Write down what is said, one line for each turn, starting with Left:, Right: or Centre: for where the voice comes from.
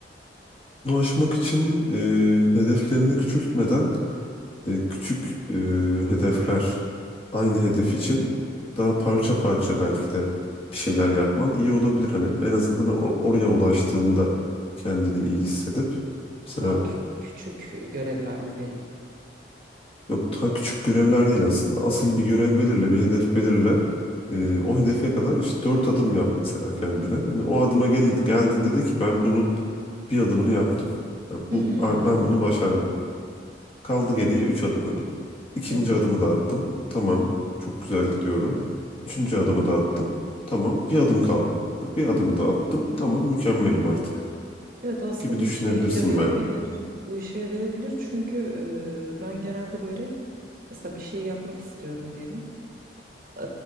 Left: Bunu aşmak için e, hedeflerini küçültmeden e, küçük e, hedefler aynı hedef için daha parça parça belki de bir şeyler yapman iyi olabilir. Hani en azından o- oraya ulaştığında kendini iyi hissedip. Mesela
Right: Daha kü- küçük görevler mi vereyim?
Left: Yok daha küçük görevler değil aslında. Asıl bir görev belirle, bir hedef belirle. Ee,
Right: Hı hı.
Left: o hedefe kadar işte dört adım yap mesela kendine. Hani o adıma gel geldiğinde de ki ben bunun bir adımını yaptım. Yani
Right: Hmm.
Left: bu ben bunu başardım. Kaldı geriye üç adım hani. İkinci
Right: Evet,
Left: adımı da attım. Tamam, çok güzel gidiyorum. Üçüncü adımı da attım. Tamam, bir adım kaldı. Bir adımı
Right: evet.
Left: da attım. Tamam, mükemmelim artık
Right: Evet aslında
Left: gibi düşünebilirsin
Right: bu işe yarayabilir.
Left: bence.
Right: Bu işe yarayabilir çünkü e, ben genelde böyle mesela bir şey yapmak istiyorum diyelim. E,